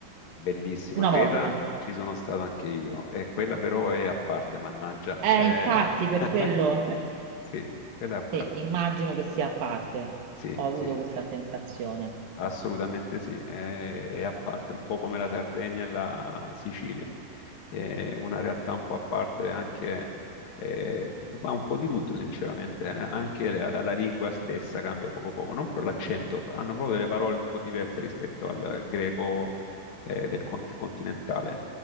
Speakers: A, on the left (about 75°); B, on the right (about 80°).
A: Bellissima,
B: una
A: creda,
B: volta.
A: ci sono stato anche io. E quella però è a parte, mannaggia.
B: Eh,
A: Eh,
B: infatti, per
A: <laughs>
B: quello, eh,
A: sì, quella è a parte.
B: sì, immagino che sia a parte.
A: Sì,
B: Ho avuto
A: sì.
B: questa sensazione.
A: Assolutamente sì, è, è a parte, un po' come la Sardegna e la Sicilia, è una realtà un po' a parte anche, eh, ma un po' di tutto sinceramente, eh, anche la, la- la lingua stessa cambia poco poco, non per l'accento, hanno proprio delle parole un po' diverse rispetto al greco, eh, del conti- continentale.